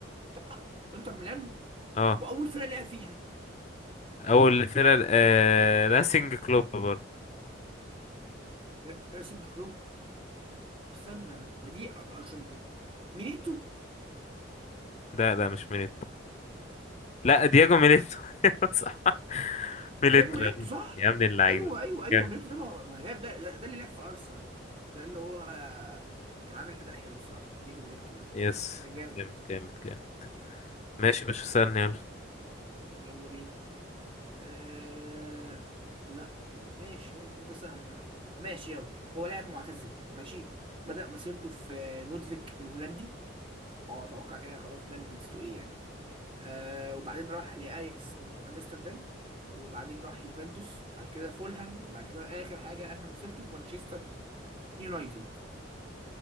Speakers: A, on the right; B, on the left.
A: طب آه، انتر ميلان
B: اه
A: واول فرقه لعب فيها
B: اول فرقة آه... راسينج كلوب برضه
A: ر- راسنج كلوب استنى ما دي أ- ارجنت ميليتو
B: لا لا مش ميليتو لا دياجو ميليتو <laughs> صح ميليتو
A: دياجو ميليتو صح
B: يا ابن اللعيبة
A: ايوه ايوه ايوه
B: جامد
A: ميليتو ده ما ما لعب ده, ده, ده اللي لعب في ارسنال ده اللي هو كان عامل اداء حلو الصراحه دياجو ميليتو ده
B: يس
A: كان جامد
B: جامد جامد جامد ماشي
A: قشطه
B: يا باشا استنى
A: يلا
B: يلا
A: يلا بينا آه... لا ماشي ممكن ده سهل ده ماشي يلا هو لاعب معتزل ماشي بدأ مسيرته في نودفيك الهولندي اه اتوقع كده خلاص بان جنسيته ايه يعني آه وبعدين راح لاياكس امستردام وبعدين راح يوفنتوس بعد كده فولهام بعد كده اخر حاجه انهى مسيرته في مانشستر يونايتد